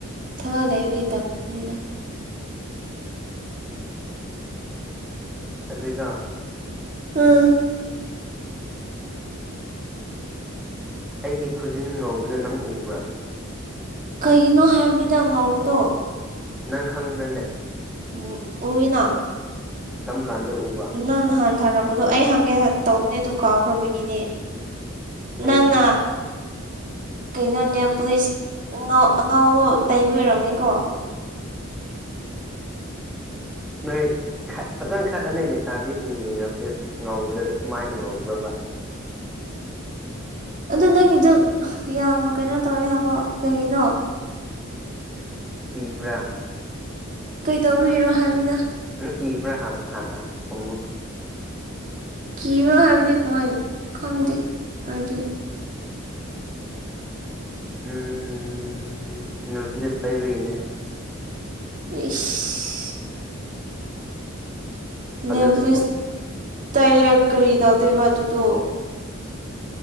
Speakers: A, on the right; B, in the centre.
A: ꯊꯕꯥꯛ ꯂꯩꯕꯤ ꯇꯧꯔꯅꯤꯗ <inaudible>
B: ꯑꯗꯨꯒꯣ
A: ꯎꯝ
B: ꯑꯩꯒꯤ ꯈꯨꯖꯤꯟ ꯉꯧꯕꯗ ꯅꯪ ꯎꯕ꯭ꯔꯥ
A: ꯀꯩꯒꯤꯅꯣ ꯍꯥꯏꯕꯅꯤꯗ ꯉꯥꯎꯗꯣ
B: ꯅꯪꯈꯪꯕ꯭ꯔꯅꯦ
A: ꯎꯝ ꯍꯅ
B: ꯇꯝ ꯀꯥꯟꯗ ꯎꯕꯔ
A: ꯅꯪ ꯅꯍꯥꯟ ꯊꯥꯔꯛꯄꯗꯣ ꯑꯩ ꯍꯪꯒꯦ ꯇꯧꯕꯅꯦ ꯑꯗꯨ ꯀꯥꯎꯈ꯭ꯔꯕꯒꯤꯅꯦ ꯅꯪꯅꯥ
B: ꯑꯩ
A: ꯀꯩꯅꯣꯅꯦ ꯄꯨꯂꯤꯁꯉ ꯑꯉꯥꯎ ꯇꯩꯕꯤꯔꯛꯅꯤꯀꯣ
B: ꯅꯣꯏ ꯐꯖꯅ ꯈꯠꯂꯅꯤ ꯂꯩꯁꯥꯕꯤꯁꯤꯡꯒꯤ ꯌꯨꯅꯤꯚꯔꯇꯦꯁ ꯉꯧꯕꯗ ꯁꯨꯃꯥꯏꯅ ꯉꯧꯕ꯭ꯔꯕ
A: ꯑꯗꯨ ꯅꯪꯒꯤꯗꯨ ꯌꯥꯝ ꯀꯩꯅꯣ ꯇꯧꯋꯦ ꯍꯥꯏꯕꯣ ꯀꯩꯒꯤꯅꯣ
B: ꯀꯤꯕ꯭ꯔꯥ
A: ꯀꯩꯗꯧꯕꯤꯔꯤꯔꯣ ꯍꯥꯏꯕꯅꯤꯅ
B: ꯎꯝ ꯀꯈꯤꯕ꯭ꯔꯥ ꯍ ꯍꯥꯟꯅ ꯍꯣꯃꯣ
A: ꯀꯤꯕ꯭ꯔꯣ ꯍꯥꯏꯕꯗꯤ ꯃꯣꯏ ꯈꯪꯗꯦ ꯍꯥꯏꯗꯤ
B: ꯎꯝ ꯅꯠ꯭ꯂꯦꯁ ꯇꯥꯏꯕꯒꯤꯅꯦ
A: ꯏꯁꯁ ꯅꯦꯚꯁ
B: ꯐꯖꯗ꯭ꯔꯣ
A: ꯇꯗꯥꯏꯔꯦꯛ ꯀꯔꯤ ꯇꯧꯗꯣꯏꯕ ꯑꯗꯨꯗꯣ